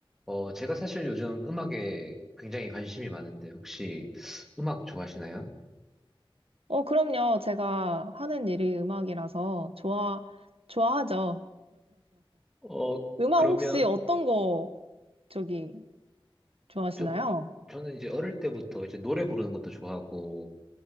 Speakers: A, in the centre; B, on the right.
A: 어, 제가 사실 요즘 음악에 굉장히 관심이 많은데, 혹시 음악 좋아하시나요?
B: 어, 그럼요. 제가 하는 일이 음악이라서 좋아, 좋아하죠.
A: 어,
B: 음악
A: 그러면,
B: 혹시 어떤 거 저기 좋아하시나요?
A: 저, 저는 이제 어릴 때부터 이제 노래 부르는 것도 좋아하고,